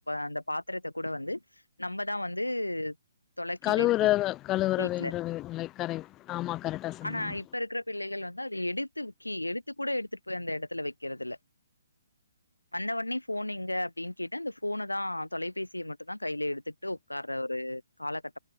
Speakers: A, on the left (about 85°); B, on the left (about 20°).
A: அந்த பாத்திரத்தை கூட வந்து நம்மதான் வந்து தொலக்கி
B: கழுவுற
A: வைப்போம்
B: கழுவுற
A: வீட்லே
B: வேண்டுற நிலை கரெக்ட் ஆமா கரெக்டா சொன்னீங்க
A: ஆனா இப்ப இருக்கிற பிள்ளைகள் வந்து அதை எடுத்து கி எடுத்து கூட எடுத்துட் போய் அந்த எடத்துல வை வைக்கிறதில்ல வந்த ஒட்னே ஃபோன் எங்க அப்படின்னு கேட்டு அந்த ஃபோன தான் தொலைபேசியை மட்டு தான் கையில எடுத்துட்டு உட்கார்ற ஒரு காலகட்ட